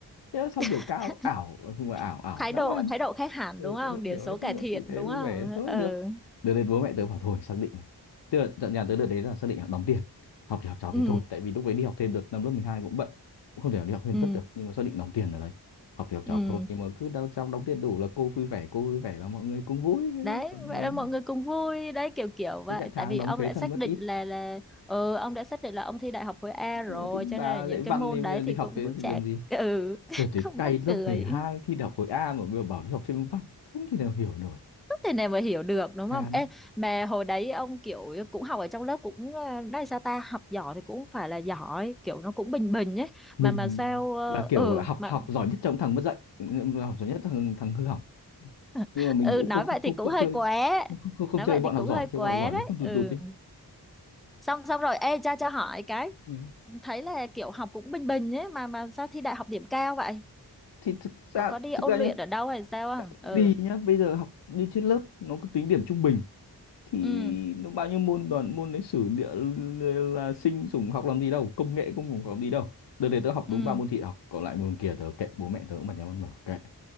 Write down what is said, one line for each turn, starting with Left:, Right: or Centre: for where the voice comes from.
Left: thế là xong điểm
Centre: <laughs>
Left: cao ảo nói chung là ảo ảo
Centre: thái
Left: dã
Centre: độ
Left: man
Centre: thái độ khác hẳn
Left: ừ,
Centre: đúng không
Left: thái độ
Centre: điểm
Left: kiểu
Centre: số
Left: nói
Centre: cải
Left: chung
Centre: thiện
Left: là tử tế
Centre: đúng
Left: vui
Centre: không
Left: vẻ thôi
Centre: ừ
Left: được được đến bố mẹ tớ bảo thôi xác định tức là dặn nhà tớ đợt đấy là xác định là đóng tiền học thì học trò
Centre: ừ
Left: thì thôi tại vì lúc đấy đi học thêm đợt năm lớp 12 cũng bận cũng không thể nào đi học thêm
Centre: ừ
Left: tất được nhưng mà xác định đóng tiền ở đấy học thì học trò
Centre: ừ
Left: học thôi nhưng mà cứ đau xong đóng tiền đủ là cô vui vẻ cô vui vẻ là mọi người cũng vui thế
Centre: đấy
Left: thôi. còn
Centre: vậy
Left: còn
Centre: là mọi người cùng vui đấy kiểu kiểu vậy
Left: đến nhận tháng
Centre: tại vì
Left: đóng
Centre: ông
Left: thuế
Centre: đã
Left: thân
Centre: xác
Left: mất
Centre: định
Left: ít
Centre: là là ừ ông đã xác định là ông thi đại học khối A rồi
Left: ờ, thì
Centre: cho
Left: bà
Centre: nên là những
Left: dạy văn
Centre: cái môn
Left: thì bây
Centre: đấy
Left: giờ đi
Centre: thì
Left: học
Centre: cũng
Left: cái
Centre: cũng chả
Left: thì làm gì
Centre: ừ
Left: đợt
Centre: <laughs>
Left: đấy
Centre: không
Left: cay
Centre: mắc
Left: lớp
Centre: cười
Left: mười hai thi đại học khối A mà bây giờ bảo đi học thêm văn không thể nào hiểu nổi
Centre: không thể nào mà hiểu được đúng
Left: chán
Centre: không ê mà hồi đấy ông kiểu cũng học ở trong lớp cũng ờ, đây sao ta học giỏi thì cũng phải là giỏi kiểu nó cũng bình bình ấy
Left: mình
Centre: mà mà sao ờ,
Left: là kiểu
Centre: ừ
Left: gọi là học
Centre: mà
Left: học giỏi nhất trong thằng mất dạy ừ, học giỏi nhất thằng thằng hư hỏng
Centre: <laughs>
Left: nhưng mà mình
Centre: ừ
Left: cũng
Centre: nói
Left: không không
Centre: vậy
Left: không,
Centre: thì cũng
Left: không
Centre: hơi
Left: chơi
Centre: quá
Left: không, không không
Centre: nói
Left: chơi
Centre: vậy
Left: bọn
Centre: thì cũng
Left: học giỏi
Centre: hơi quá
Left: chơi bọn học giỏi
Centre: đấy
Left: nó cứ
Centre: ừ
Left: tụt tụt đi
Centre: xong xong rồi ê cho cho hỏi cái
Left: ừ.
Centre: thấy là kiểu học cũng bình bình ấy mà mà sao thi đại học điểm cao vậy
Left: thì thực ra
Centre: có có đi
Left: thực
Centre: ôn
Left: ra nhá
Centre: luyện ở đâu hay sao
Left: tại
Centre: không ừ
Left: vì nhá bây giờ học đi trên lớp nó cứ tính điểm trung bình thì
Centre: ừ
Left: nó bao nhiêu môn toàn môn lịch sử địa l- là sinh sủng học làm gì đâu công nghệ cũng không học làm gì đâu đợt này tớ học
Centre: ừ
Left: đúng ba môn thị học còn lại môn kia tớ kệ bố mẹ tớ cũng bật nhau ăn mở kệ